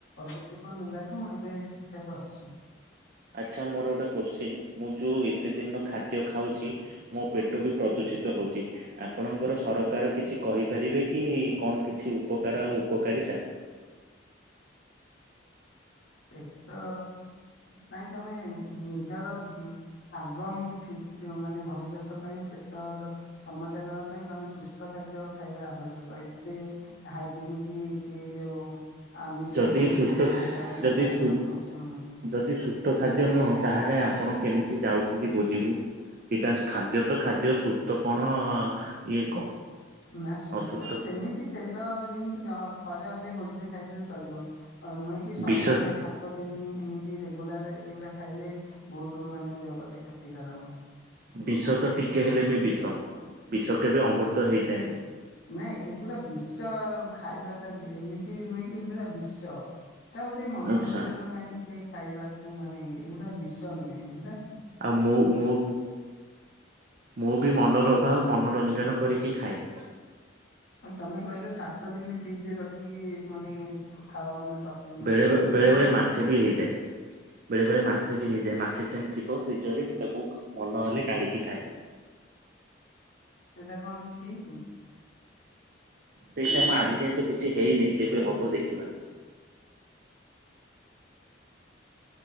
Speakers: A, on the left (about 80°); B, on the right (about 50°).
A: ଔଣ ନେଲାଠୁ ଏବେ ଠିକଠାକ ଅଛି।
B: ଆଚ୍ଛା ମୋର ଗୋଟେ କୋଶ୍ଚିନ୍ ମୁଁ ଯୋଉ ଏତେ ଦିନ ଖାଦ୍ୟ ଖାଉଛି ମୋ ପେଟ ବି ପ୍ରଦୂଷିତ ହଉଛି। ଆପଣଙ୍କର ସରକାର କିଛି କହିପାରିବେ କି କଣ କିଛି ଉପକାର ଆଉ ଉପକାରିତା?
A: ପେଟ ପାଇଁଁ ତମେ ନିଜର ଆଗାମୀ ଫିୟୁ ମାନେ ଭବିଷ୍ୟତ ପାଇଁ ପେଟ ଜ ସମସ୍ୟା ନବା ପାଇଁ ତମେ ସୁସ୍ଥ ଖାଦ୍ୟ ଖାଇବା ଆବଶ୍ୟକ ଏତେ ହାଇଜନିକ କି ଯୋଉ ଆମିଷ
B: ଯଦି
A: କି
B: ସୁସ୍ଥ
A: ତେ ତେଲ ଖାଦ୍ୟ
B: ଯଦି
A: ଖାଇବା
B: ସୁ
A: ଆବଶ୍ୟକ ନୁହେଁ।
B: ଯଦି ସୁସ୍ଥ ଖାଦ୍ୟ ନୁହଁ ତାହେଲେ ଆପଣ କେମିତି ଯାଉଛନ୍ତି ଭୋଜିକୁୁ। ଏଇଟା ଖାଦ୍ୟ ତ ଖାଦ୍ୟ ସୁସ୍ଥ କଣ ଇଏ କଣ?
A: ନା ସୁସ୍ଥ
B: ଅସୁସ୍ଥ
A: ସେମିତି ତେଲ ଜିନିଷ ଥରେ ଅଧେ ଭୋଜିରେ ଖାଇଦେଲେ ଚଳିବ। ନୁହେଁ କି ସବୁବେଳେ
B: ବିଷ
A: ସତ ଦିନ ଏମିତି ରେଗୁଲାରା ଏୟୁରା ଖାଇଲେ ବହୁତ ମାନେ ଦେହ ପ୍ରତି କ୍ଷତି କାରକ।
B: ବିଷ ତ ଟିକେ ହେଲେ ବି ବିଷ ବିଷ କେବେ ଅମୃତ ହେଇଯାଏନି।
A: ନାଇଁ ଏଗୁରା ବିଶ ଖାଇବାଟା ଏମିତି ନୁହେଁ କି ଏ ପୁରା ବିଶ। ତା ଗୋଟେ ମନୋରଞ୍ଜନ
B: ଆଚ୍ଛା।
A: ପାଇଁ ଟ ଖାଇବାକୁ ମାନେ ଏଗୁଡା ବିଷ ନୁହେଁ ଏଗୁୁରା
B: ଆଉ ମୁଁ ମୁଁ ମୁଁ ବି ମନରୋଭାବ ମନୋରଞ୍ଜନ କରିକି ଖାଏ।
A: ତମେ କହିଲ ସାତ ଦିନ ଫ୍ରିଜରେ ରଖିକି ମାନେ ଖାଅ ମାନେ ପ୍ରତିଦିନ
B: ବେଳେ
A: ସେଇଟା
B: ବେଳେ
A: କଣ
B: ବେଳେ
A: ଠିକ
B: ମାସେ ବି ହେଇଯାଏ। ବେଳେ ବେଳେ ମାସେ ବି ହେଇଯାଏ ମାସେ ସେମ ଥିବ ଫ୍ରିଜ ରେ ମୁଁ ତାକୁ ମନ ହେଲେ କାଢିକି ଖାଏ।
A: ସେଇଟା କଣ ଠିକ?
B: ସେଇଟା ମୁଁ ଆଜି ଯାଇଏ ତ କିଛି ହେଇନି ଯେବେ ହବ ଦେଖିବା। <inaudible>